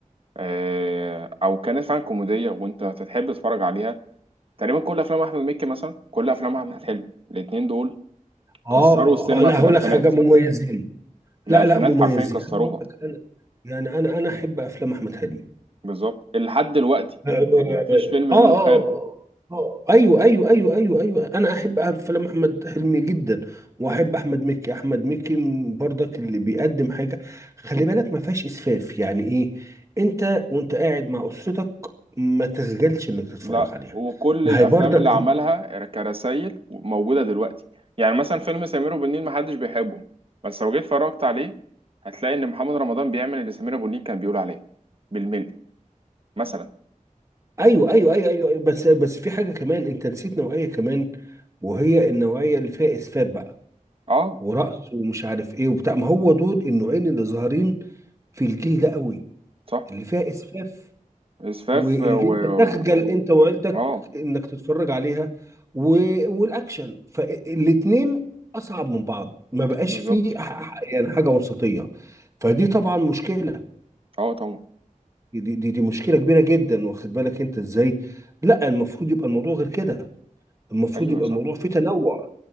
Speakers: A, on the right; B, on the right.
A: آه، او كانت فعلا كوميديه وانت تحب تتفرج عليها تقريبا كل افلام احمد مكي مثلا كل افلام احمد حلمي الاثنين دول
B: اه
A: كسروا
B: اه
A: السينما
B: آه، لا
A: في الالفينات
B: هقول لك حاجه مميزين
A: الالفينات
B: لا لا مميزين
A: حرفيا كسروها
B: أنا هقول لك انا يعني انا انا احب افلام احمد حلمي
A: بالظبط لحد دلوقتي
B: اه
A: يعني مفيش فيلم
B: اه اه
A: منه خاب
B: آه، ايوه ايوه ايوه ايوه ايوه انا احب أعرف فيلم احمد حلمي جدا واحب احمد مكي احمد مكي من برضك اللي بيقدم حاجه خلي بالك ما فيهاش اسفاف يعني ايه انت وانت قاعد مع اسرتك ما تسجلش انك تتفرج
A: لا
B: عليها
A: وكل
B: ما
A: الافلام
B: هي برضك
A: اللي عملها كرسائل موجوده دلوقتي يعني مثلا فيلم سمير وبنين ما محدش بيحبه بس لو جيت اتفرجت عليه هتلاقي ان محمد رمضان بيعمل اللي سمير ابو النيل كان بيقول عليه بالملي مثلا
B: ايوه ايوه ايوه ايوه, أيوة بس بس في حاجه كمان انت نسيت نوعيه كمان وهي النوعيه اللي فيها اسفاف بقى
A: اه
B: ورقص ومش عارف ايه وبتاع ما هو دول النوعين اللي ظاهرين في الجيل ده قوي
A: صح
B: اللي فيها اسفاف
A: اسفاف
B: واللي
A: و و-
B: انت تخجل انت وعيلتك
A: اه
B: انك تتفرج عليها و... والاكشن فالاتنين اصعب من بعض ما بقاش
A: بالظبط
B: فيه ح- ح- يعني حاجه وسطيه فدي طبعا مشكله
A: اه طبعا
B: دي دي, دي مشكله كبيره جدا واخد بالك انت ازاي لا المفروض يبقى الموضوع غير كده المفروض
A: ايوه
B: يبقى
A: صح
B: الموضوع فيه تنوع